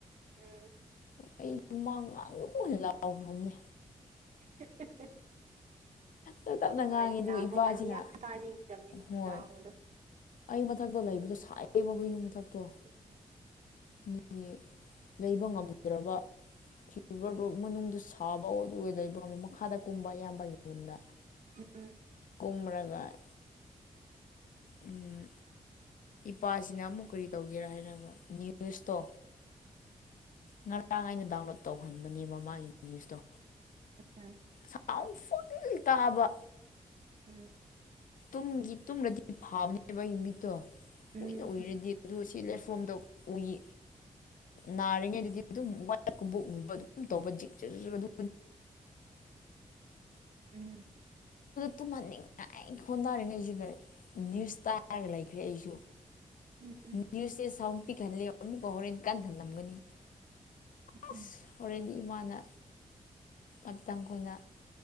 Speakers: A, on the right; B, on the left.
A: ꯎꯝ
B: ꯑꯩ ꯇꯨꯃꯥꯡ ꯉꯥꯡꯕꯕꯨ ꯑꯣꯏꯅ ꯂꯥꯎꯈ꯭ꯔꯕꯅꯦ
A: <unintelligible>
B: ꯇꯞ ꯇꯞꯅ ꯉꯥꯡꯉꯤ
A: ꯍꯣꯏ
B: ꯑꯗꯨꯒ
A: ꯂ ꯑꯃꯀꯥꯟ
B: ꯏꯄꯥꯁꯤꯅ
A: ꯌꯥꯝ ꯇꯥꯅꯤꯡꯒꯗꯕꯅꯤ ꯃꯤ
B: ꯍꯣꯏ
A: ꯂꯥꯡꯕꯗꯣ
B: ꯑꯩ ꯃꯊꯛꯇꯣ ꯂꯩꯕꯗꯣ ꯁꯥꯏꯌꯦꯕ ꯑꯩꯈꯣꯏꯒꯤ ꯃꯊꯛꯇꯣ
A: ꯎꯝ
B: ꯅꯒꯤ ꯂꯩꯕ ꯉꯝꯗ꯭ꯔꯕ ꯐꯤꯚꯔꯗꯨꯣ ꯃꯅꯨꯡꯗꯗꯨ ꯁꯥꯕ ꯑꯗꯨꯒ ꯂꯩꯕ ꯉꯝꯃꯤ ꯃꯈꯥꯗ ꯀꯨꯝꯕ ꯑꯌꯥꯝꯕꯒꯤꯔꯝꯗ
A: ꯎꯝ
B: ꯇꯝꯔꯒꯥꯏ ꯎꯝ ꯏꯄꯥꯁꯤꯅ ꯑꯃꯨꯛ ꯀꯔꯤ ꯇꯧꯒꯦꯔꯥ ꯍꯥꯏꯔꯒ ꯅ꯭ꯌꯨꯁꯇꯣ ꯉꯔꯥꯡ ꯑꯩꯅ ꯗꯥꯎꯟꯂꯣꯠ ꯇꯧꯍꯟꯕꯅꯦꯕ ꯃꯥꯒꯤ ꯅ꯭ꯌꯨꯁꯇꯣ
A: ꯎꯝ
B: ꯁꯥꯎꯟ ꯐꯨꯜ ꯇꯥꯕ
A: ꯎꯝ
B: ꯇꯒꯤ ꯇꯨꯝꯗꯗꯤ ꯐꯥꯕꯅꯦꯕ ꯑꯩꯒꯤ ꯃꯤꯠꯇꯣ
A: ꯎꯝ
B: ꯀꯨꯏꯅ ꯎꯏꯔꯗꯤ ꯑꯗꯨ ꯁꯤ ꯂꯦꯠꯐꯣꯝꯗ ꯎꯏ ꯅꯥꯔꯤꯉꯩꯗꯗꯤ ꯑꯗꯨꯝ ꯋꯥꯛ ꯀꯨꯝꯕ ꯎꯕ ꯑꯗꯨ ꯇꯧꯕ ꯖꯤꯛ ꯇꯅꯦ
A: ꯎꯝ
B: ꯇꯟꯅꯤꯡ ꯐꯣꯟ ꯇꯥꯔꯤꯉꯩꯁꯤꯗ ꯅ꯭ꯌꯨꯁ ꯇꯥꯔꯒ ꯂꯩꯈ꯭ꯔꯦ ꯑꯩꯁꯨ
A: ꯎꯝ ꯎꯝ
B: ꯅꯌꯨꯁꯦ ꯁꯥꯎꯝ ꯄꯤꯍꯥꯟꯂꯦ ꯑꯣ ꯑꯃꯨꯛꯀ ꯍꯣꯔꯦꯟ ꯀꯟꯍꯜꯂꯝꯒꯅꯤ ꯑꯁ
A: ꯎꯝ
B: ꯍꯣꯔꯦꯟ ꯏꯃꯥꯅ ꯑꯗꯨ ꯇꯥꯡꯈꯣꯏꯅ